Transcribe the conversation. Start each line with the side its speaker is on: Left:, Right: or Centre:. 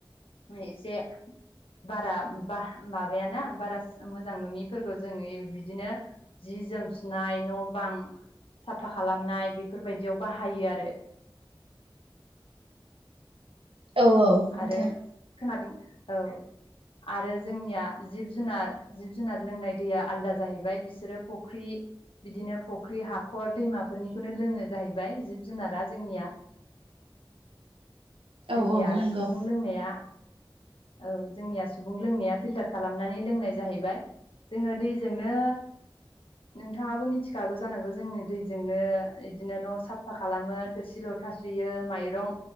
Left: एसे बारा बा मा बायाना बारा मोजां नङिफोरखौ जोङो बिदिनो जि जोम सुनाय न बां साफा खालामनाय बेफोरबायदियाव बाहायो आरो।
Right: औ औ नोंथां
Left: आरो खोनादों औ आरो जोंनिया जिब जुनार जिब जुनार लोंनाय दैया आलदा जाहैबाय बिसोरो फख्रि बिदिनो फख्रि हाखर दैमाफोरनिखौनो लोङो जाहैबाय जिब जुनारा जोंनिया
Right: औ
Left: जोंनिया
Right: औ नंगौ
Left: सुबुं लोंनाया औ जोंनिया सुबुं लोंनाया फिल्टार खालामनानै लोंनाय जाहैबाय जोङो दैजोंनो नोंथाङाबो मिथिखागौ जानांगौ जोङो दैजोंनो बिदिनो न साफा खालामो थोरसि लथा सुयो माइरं